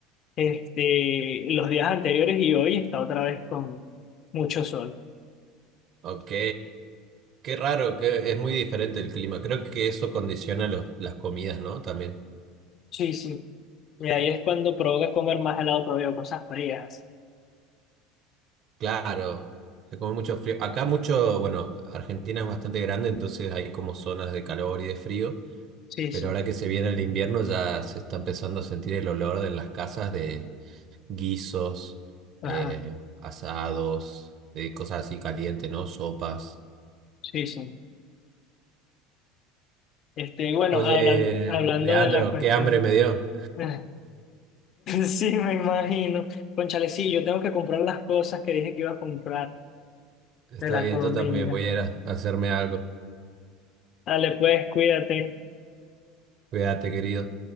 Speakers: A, on the left (about 45°); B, on the right (about 50°).
A: este, los días anteriores y hoy está otra vez con mucho sol.
B: Ok, qué raro, que es muy diferente el clima. Creo que eso condiciona los, las comidas, ¿no? También.
A: Sí, sí. Y ahí es cuando provoca comer más helado todavía, o cosas frías.
B: Claro, se come mucho frío. Acá mucho, bueno, Argentina es bastante grande, entonces hay como zonas de calor y de frío,
A: Sí,
B: pero
A: sí.
B: ahora que se viene el invierno ya se está empezando a sentir el olor de las casas de, guisos,
A: Ajá.
B: eh, asados, eh, cosas así calientes, ¿no? Sopas.
A: Sí, sí. Este, y bueno,
B: Oye,
A: hablan- hablando
B: Leandro,
A: de la cuestión.
B: qué hambre me dio.
A: <laughs> Sí, me imagino. Cónchale, sí, yo tengo que comprar las cosas que dije que iba a comprar
B: Está
A: de la
B: bien,
A: comida.
B: yo también voy a ir a hacerme algo.
A: Dale, pues, cuídate.
B: Cuídate, querido.